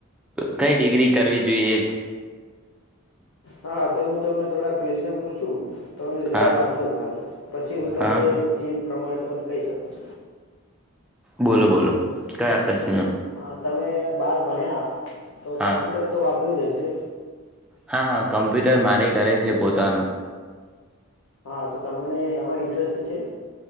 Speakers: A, in the centre; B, on the left.
A: કઈ ડિગ્રી કરવી જોઈએ
B: હા તો હું તમને થોડાક કચયન પૂછું તમે જવાબ
A: હા
B: આપજો ખાલી પછી હું તમને
A: હા
B: એ પ્રમાણે પણ કહી શકું
A: બોલો બોલો કઈ પ્રશ્ન
B: હ તમે બાળ ભણ્યા તો
A: હા
B: કમ્પ્યુટર તો આપ પ જાય છે
A: હા હા કમ્પ્યુટર માં કરે છે પોતાનું
B: હા તો તમને એમાં ઇન્ટરેસ્ટ છે